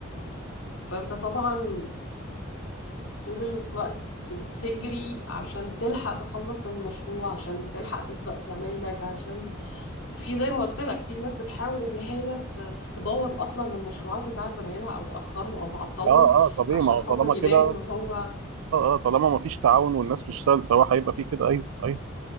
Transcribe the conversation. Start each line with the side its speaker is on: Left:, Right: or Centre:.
Left: فانت طبعا طول الوقت بتجري عشان تلحق تخلص المشروع عشان تلحق تسبق زمايلك عشان وفي زي ما قلت لك في ناس بتحاول ان هي ت- تبوظ اصلا المشروعات بتاعت زمايلها او تاخرهم او تعطلهم
Right: اه اه طبيعي
Left: عشان
Right: ما هو
Left: خاطر
Right: طالما
Left: يبان
Right: كده اه
Left: ان هو
Right: اه طالما ما فيش تعاون والناس بتشتغل سوا هيبقى في كده ايوه ايوه